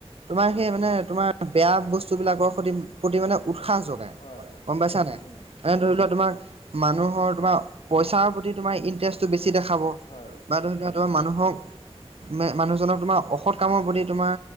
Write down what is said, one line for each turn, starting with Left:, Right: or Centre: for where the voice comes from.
Right: তোমাৰ সেই মানে তোমাৰ বেয়া বস্তুবিলাকৰ সতি-প্ৰতি মানে উৎসাহ যগ ই
Left: হয়, হয়।
Right: গম পাইছা- নাই?
Left: উম,
Right: এনে ধৰি লোৱা তোমাক মানুহৰ তোমাৰ পইচাৰ প্ৰতি তোমাৰ ইন্টাৰেষ্টটো বেছি দেখাব।
Left: হয়।
Right: বা ধৰি লোৱা তোমাৰ মানুহক, মে-মানুহজনক তোমাৰ অসৎ কামৰ প্ৰতি তোমাৰ